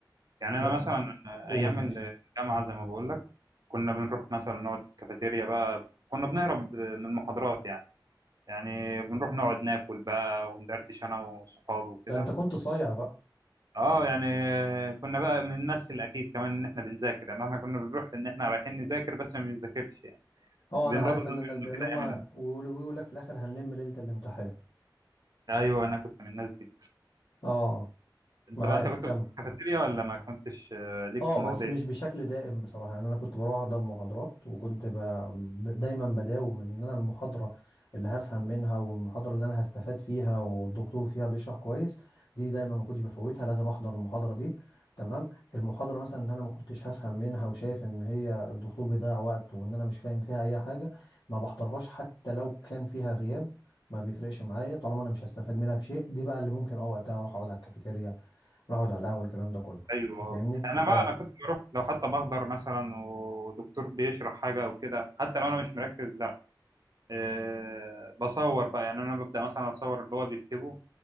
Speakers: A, on the right; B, on the left.
A: يعني أنا
B: بس
A: مثلا
B: قول
A: أيام
B: ماشي
A: الجامعة زي ما بقول لك كنا بنروح مثلا نقعد في الكافيتيريا بقى كنا بنهرب من المحاضرات يعني يعني بنروح نقعد ناكل بقى وندردش أنا وصحابي وكده
B: ده أنت كنت صايع بقى
A: اه يعني كنا بقى بنمثل اكيد كمان ان احنا بنذاكر يعني احنا كنا بنروح ان احنا رايحين نذاكر بس ما بنذاكرش يعني.
B: اه
A: بين
B: انا عارف
A: رضا
B: ان الناس
A: زمان
B: ده اللي
A: كده
B: هم
A: ايام
B: ويقول
A: الامتحان
B: ويقول لك في الاخر هنلم ليلة الامتحان
A: ايوه انا كنت من الناس دي
B: اه
A: انت
B: معاك
A: بقى انت كنت
B: كمل
A: في الكافيتيريا ولا ما كنتش آه، ليك
B: اه
A: في المواضيع
B: بس مش
A: دي؟
B: بشكل دائم بصراحة يعني انا كنت بروح احضر محاضرات وكنت ب... ب- دايما بداوم ان انا المحاضرة اللي هفهم منها والمحاضرة اللي انا هستفاد فيها والدكتور فيها بيشرح كويس دي دايما ما كنتش بفوتها لازم احضر المحاضرة دي تمام المحاضرة مثلا اللي انا ما كنتش هفهم منها وشايف ان هي الدكتور بيضيع وقت وان انا مش فاهم فيها اي حاجة ما بحضرهاش حتى لو كان فيها غياب ما بيفرقش معايا طالما انا مش هستفاد منها بشيء دي بقى اللي ممكن اه وقتها اروح اقعد على الكافيتيريا اروح اقعد على القهوة الكلام ده كله
A: ايوه آه.
B: فاهمني
A: انا بقى
B: اه
A: انا كنت بروح لو حتى بحضر مثلا ودكتور بيشرح حاجه او كده حتى لو انا مش مركز لا أه بصور بقى يعني انا ببدا مثلا اصور اللي هو بيكتبه